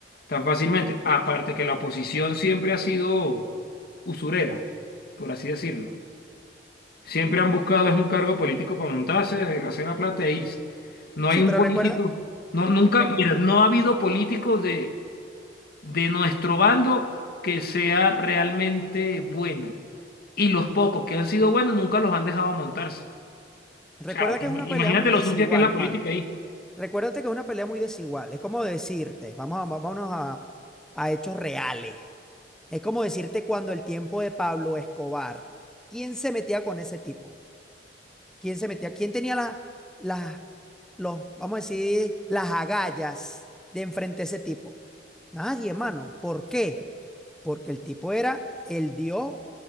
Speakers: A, on the left (about 60°); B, in the centre.
A: tan fácilmente. Aparte que la oposición siempre ha sido usurera, por así decirlo. Siempre han buscado es un cargo político para montarse, hacer la plata e irse. No
B: sí,
A: hay un
B: pero
A: político,
B: recuerda,
A: no, nunca,
B: re-
A: mira, no ha habido políticos de de nuestro bando que sea realmente bueno. Y los pocos que han sido buenos nunca los han dejado montarse.
B: recuerda
A: O sea,
B: que
A: im-
B: es una pelea
A: imagínate
B: muy
A: lo
B: desigual,
A: sucia que es la política
B: mano.
A: ahí.
B: Recuérdate que es una pelea muy desigual. Es como decirte, vamos a, vámonos a, a hechos reales. Es como decirte cuando el tiempo de Pablo Escobar, ¿quién se metía con ese tipo? ¿Quién se metía? ¿Quién tenía la, la- los, vamos a decir, las agallas de enfrente a ese tipo? Nadie, hermano. ¿Por qué? Porque el tipo era el dios